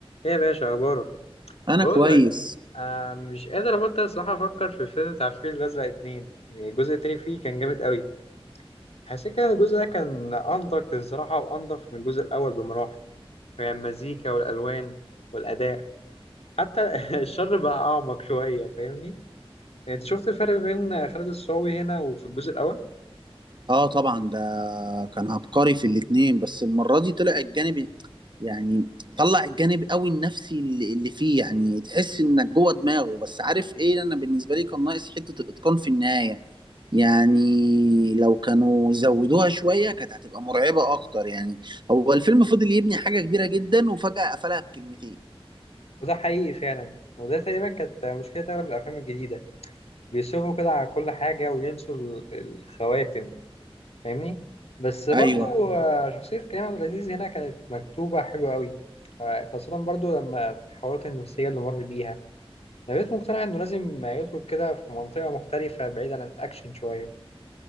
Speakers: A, on the left (about 85°); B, on the right (about 50°).
A: ايه يا باشا اخبارك
B: انا
A: بقول
B: كويس
A: لك آه مش قادر ابطل الصراحه افكر في الفيلم بتاع الفيل الازرق اتنين الجزء التاني فيه كان جامد قوي حسيت كده ان الجزء ده كان انضف الصراحه وانضف من الجزء الاول بمراحل يعني المزيكا والالوان والاداء حتى <laughs> الشر بقى اعمق شويه فاهمني انت شفت الفرق بين خالد الصاوي هنا وفي الجزء الاول
B: اه طبعا ده كان عبقري في الاتنين بس المره دي طلع الجانب يعني طلع الجانب قوي النفسي اللي اللي فيه يعني تحس انك جوه دماغه بس عارف ايه انا بالنسبه لي كان ناقص حته الاتقان في النهايه يعني لو كانوا زودوها شويه كانت هتبقى مرعبه اكتر يعني هو الفيلم فضل يبني حاجه كبيره جدا وفجاه قفلها بكلمتين
A: وده حقيقي فعلا وده تقريبا كانت مشكله اغلب الافلام الجديده بيصرفوا كده على كل حاجه وينسوا ال- الخواتم فاهمني بس برضو
B: ايوه
A: آه، شخصية كريم عبد العزيز هنا كانت مكتوبة حلوة قوي آه، خاصة برضو لما التحولات النفسية اللي مر بيها أنا بقيت مقتنع إنه لازم يدخل كده في منطقة مختلفة بعيد عن الأكشن شوية